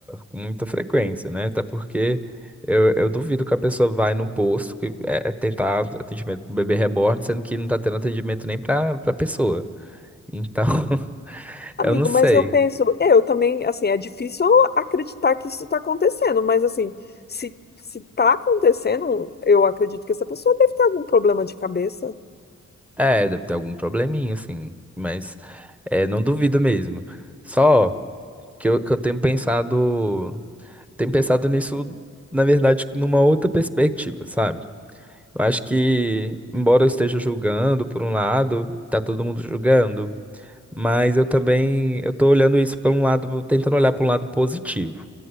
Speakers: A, in the centre; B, on the left.
A: com muita frequência, né? Até porque eu, eu duvido que a pessoa vai num posto que é, é tentar atendimento pro bebê reborn, sendo que não tá tendo atendimento nem pra, pra pessoa. Então, <laughs>
B: Amigo,
A: eu não sei.
B: mas eu penso, eu também, assim, é difícil acreditar que isso está acontecendo, mas assim, se se está acontecendo, eu acredito que essa pessoa deve ter algum problema de cabeça.
A: É, deve ter algum probleminha, assim, mas é, não duvido mesmo. Só que eu, que eu tenho pensado, tenho pensado nisso, na verdade, numa outra perspectiva, sabe? Eu acho que, embora eu esteja julgando por um lado, tá todo mundo julgando, mas eu também, eu tô olhando isso por um lado, tentando olhar para um lado positivo.